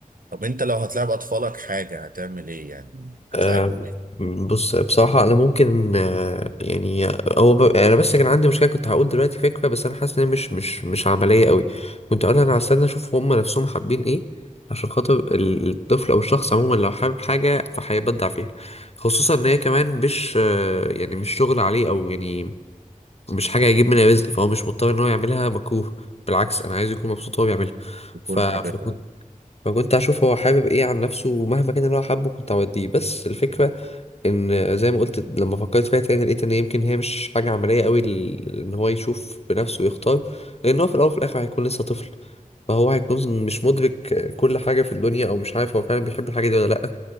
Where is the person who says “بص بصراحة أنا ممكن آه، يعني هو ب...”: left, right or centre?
Left